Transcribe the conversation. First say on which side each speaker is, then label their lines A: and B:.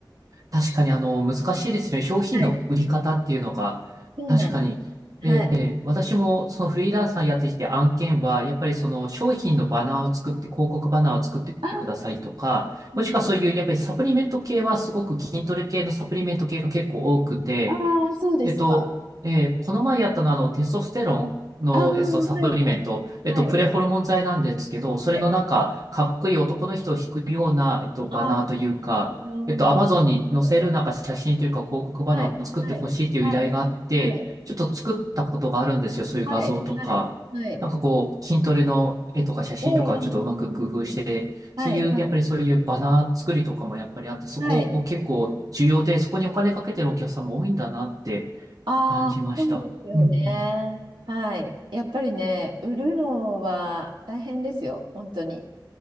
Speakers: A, on the right; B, on the right.
A: 確かにあの難しいですね。商品の売り方っていうのが、
B: はい、そうなんです。
A: 確かに、えー私もそのフリーランスさんやってきて案件は、
B: はい。
A: やっぱりその商品のバナーを作って、広告バナーを作ってくださいとか、
B: あ、はいはい
A: もしくはそういうやっぱりサプリメント系はすごく筋トレ系のサプリメント系が結構多くて、
B: あー、そうですか。
A: えっと、えーこの前やったのはあのテストステロンの、
B: ああ、はい
A: えっと、サプリメント、えっと、
B: はい。はい。
A: プレホルモン剤なんですけど、
B: はい。
A: それのなんか、かっこいい男の人を引くような、えっと、
B: ああ
A: バナーというか、
B: うんなるほど、
A: えっと、アマゾンに載せるなんか写真というか広告バナーを作ってほしいという依頼があって、
B: なるほど。はい、はい、はい、はい、
A: ちょっと作ったことがあるんですよ。そういう画像とか。
B: はい、はい、はい。ええ、
A: なんかこう、筋トレの絵とか写真とかをちょっとうまく工夫して、
B: ええ、ええええはい、
A: そういう、
B: はい、
A: やっぱりそういうバナー作りとかもやっぱりあって、そこを結構重要で、
B: はい。
A: そこにお金かけてるお客さんも多いんだなって
B: ああ、
A: 感じました。
B: そうですよね。
A: うんうん。
B: はい。やっぱりね、売るのは大変ですよ、本当に。